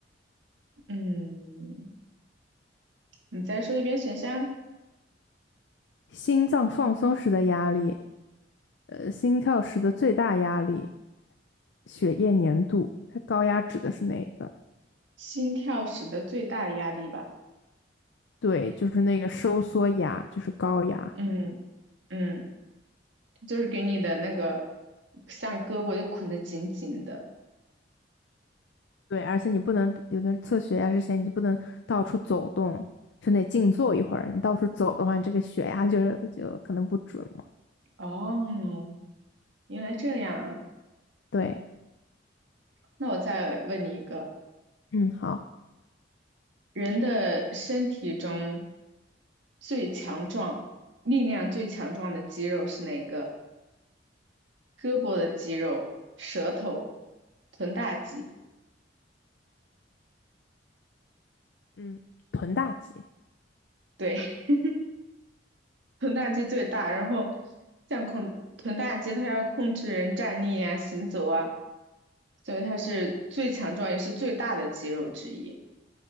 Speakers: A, on the right (about 80°); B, on the left (about 70°).
A: 嗯，你再说一遍选项，
B: 心脏放松时的压力，呃，心跳时的最大压力，血液粘度。它高压指的是哪一个？
A: 心跳时的最大压力吧。
B: 对，就是那个收缩压，就是高压。
A: 嗯嗯，就是给你的那个像胳膊就捆得紧紧的。
B: 对，而且你不能有的测血压之前，你不能到处走动，就得静坐一会儿。你到处走的话，你这个血压就是就可能不准嘛。
A: 哦，原来这样啊。
B: 对，
A: 那我再问你一个，
B: 嗯，好，
A: 人的身体中最强壮、力量最强壮的肌肉是哪个？胳膊的肌肉、舌头、臀大肌。
B: 嗯，臀大肌
A: 对，<laughs> 臀大肌最大。然后像控臀大肌，它要控制人站立啊、行走啊，所以它是最强壮也是最大的肌肉之一。